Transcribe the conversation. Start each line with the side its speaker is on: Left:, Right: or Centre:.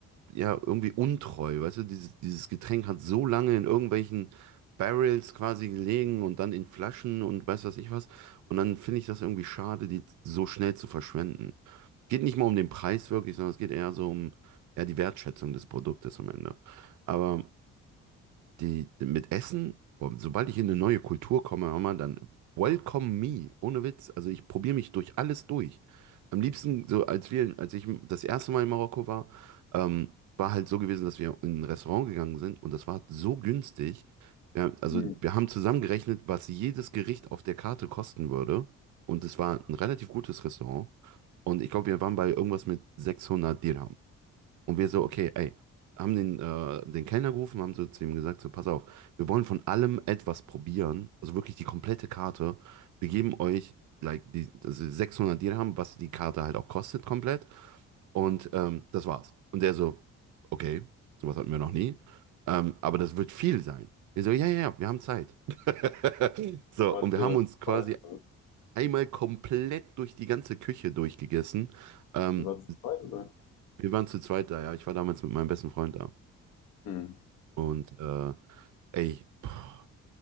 Right: ja, irgendwie untreu, weißt du, dieses, dieses Getränk hat so lange in irgendwelchen Barrels quasi gelegen und dann in Flaschen und weiß was ich was. Und dann finde ich das irgendwie schade, die so schnell zu verschwenden. Geht nicht mal um den Preis wirklich, sondern es geht eher so um eher die Wertschätzung des Produktes am Ende. Aber die, mit Essen, boah, sobald ich in eine neue Kultur komme, hör mal, dann welcome me, ohne Witz. Also ich probiere mich durch alles durch. Am liebsten, so als wir, als ich das erste Mal in Marokko war, ähm, war halt so gewesen, dass wir in ein Restaurant gegangen sind und das war so günstig. Ja, also
Left: Hm.
Right: wir haben zusammengerechnet, was jedes Gericht auf der Karte kosten würde. Und es war ein relativ gutes Restaurant. Und ich glaube, wir waren bei irgendwas mit 600 Dirham. Und wir so, okay, ey, haben den, äh, den Kellner gerufen, haben so zu ihm gesagt, so, pass auf, wir wollen von allem etwas probieren, also wirklich die komplette Karte. Wir geben euch, like, die, also 600 Dirham, was die Karte halt auch kostet komplett. Und ähm, das war's. Und der so, okay, sowas hatten wir noch nie, ähm, aber das wird viel sein. Wir so, ja, ja, ja, wir haben Zeit. <laughs> So,
Left: Warte,
Right: und wir haben uns quasi
Left: warte,
Right: einmal komplett durch die ganze Küche durchgegessen. Ähm,
Left: warte, oder?
Right: wir waren zu zweit da, ja. Ich war damals mit meinem besten Freund da.
Left: Hm,
Right: Und äh, ey, pff,